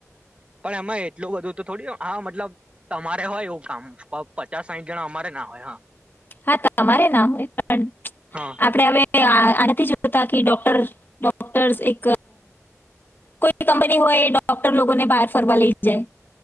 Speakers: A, on the right; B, on the left.
A: પણ એમાં એટલું બધું તો થોડી હા મતલબ તમારે હોય એવું કામ, પચાસ સાહીઠ જણા અમારે ના હોય હા.
B: હા તમારે ના હોય. પણ
A: હા
B: આપડે હવે આનાથી જોતા કે ડોક્ટર ડોક્ટર્સ એક કોઈ કંપની હોય ડોક્ટર લોકો ને બહાર ફર લઈ જાય